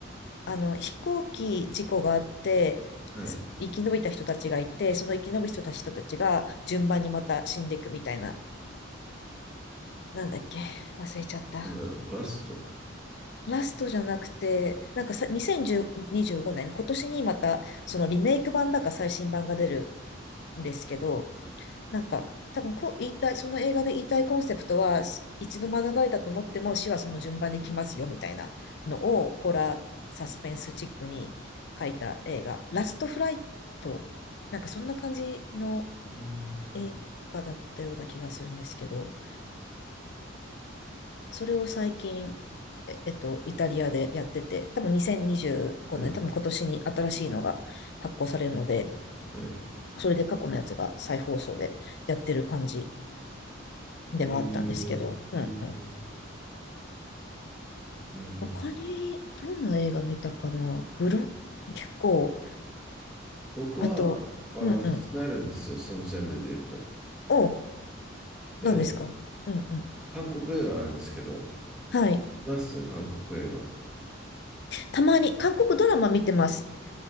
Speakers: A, on the left; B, in the centre.
A: あの、飛行機事故があって、
B: はい。
A: す生き延びた人たちがいて、その生き延びた人たち人たちが順番にまた死んでいくみたいな、なんだっけ、忘れちゃった。
B: なんだろう、ラスト。
A: ラストじゃなくて、なんかさ、2025年、今年にまた、そのリメイク版だか最新版が出るんですけど、なんか、多分こう言いたい、その映画で言いたいコンセプトは、し一度免れたと思っても死はその順番で来ますよみたいなのを、ホラー、サスペンスチックに書いた映画、ラストフライト、なんかそんな感じの
B: うん
A: 映画だったような気がするんですけど、それを最近、え、えっと、イタリアでやってて、多分2025年、
B: はい。
A: 多分今年に新しいのが発行されるので、
B: はい。
A: それで過去のやつが再放送でやってる感じではあったんですけど、
B: えー、
A: うんうん。
B: えー、なるほど。
A: 他にどんな映画見たかなグロ、結構、
B: 僕は、
A: あと、
B: あの、
A: うんうん。
B: おすすめあるんですよ、そのジャンルで言うと。
A: お、
B: で、
A: 何ですかうんうん。
B: 韓国映画なんですけど、
A: はい。
B: 見ます韓国映画。
A: たまに韓国ドラマ見てます。